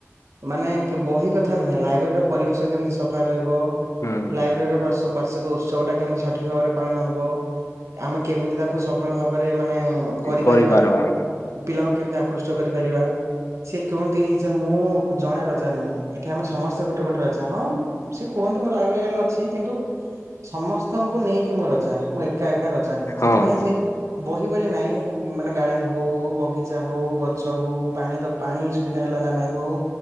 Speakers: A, on the right; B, on the left.
A: ମାନେ ବହି କଥା ନୁହେଁ ଲାଇବ୍ରେରୀର ପରିବେଶ କେମିତି ସଫା ରହିବ।
B: ହୁଁ
A: ଲାଇବ୍ରେରୀର ପ୍ରଶ ବୁ ବାର୍ଷିକ ଉତ୍ସବ ଟା କେମିତି ସଠିକ ଭାବରେ ପାଳନ ହବ ଆମେ କେମିତି ତାକୁ ସଫଳ ଭାବରେ ମାନେ କରିପାରିବା
B: କରିପାରବା
A: ପିଲା କେମତା ଆକୃଷ୍ଟ କରିପାରିବା ସେି କୁହନ୍ତି ଯେ ମୁଁ ଜଣେ ରଜା ନୁହେଁ ଏଠି ଆମେ ସମସ୍ତେ ଗୋଟେ ଗୋଟେ ରଜା ହଁ ସେ କୁହନ୍ତି ମୁଁ ଲାଇବ୍ରେରୀଆରେ ଅଛି କିନ୍ତୁ ସମସ୍ତ ତମଙ୍କୁ ନେଇକି ମୁଁ ରଜା। ମୁଁ ଏକା, ରଜା ନୁହେଁ
B: ହଁ
A: ସେଥିପାଇଁ ସେ ବହି ବୋଲି। ନଁ ମାନେ ଗାଡେନ ହଉ ବଗିଚା ହ ହଉ ଗଛ ହଉ ପାଣି ତ ପାଣି ସୁବିଧା ହେଲା ନା ନାଇଁ ହଉ